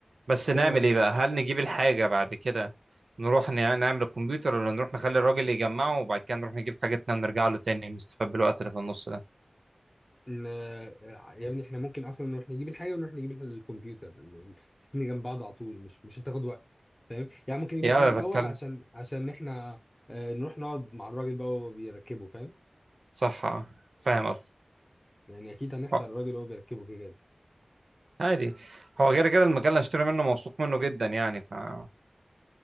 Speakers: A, on the right (about 85°); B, on the left (about 20°).
A: بس نعمل
B: سوا
A: ايه بقى هل نجيب الحاجة بعد كده نروح نع- نعمل الكمبيوتر ولا نروح نخلي الراجل يجمعه وبعد كده نروح نجيب حاجتنا ونرجع له تاني نستفاد بالوقت اللي في النص ده
B: ان آه، يا ابني احنا ممكن اصلا نروح نجيب الحاجه ونروح نجيب الح- الكمبيوتر الاثنين جنب بعض على طول مش مش هتاخد وقت فاهم يعني ممكن نجيب
A: يا
B: الحاجه
A: انا
B: الاول
A: بتكلم
B: عشان عشان احنا آه، نروح نقعد مع الراجل بقى وهو بيركبه فاهم
A: صح اه فاهم قصدي
B: يعني اكيد هنحضر
A: اه
B: الراجل وهو بيركبه كده
A: عادي هو غير كده المجال اللي هشتري منه موثوق منه جدا يعني فمش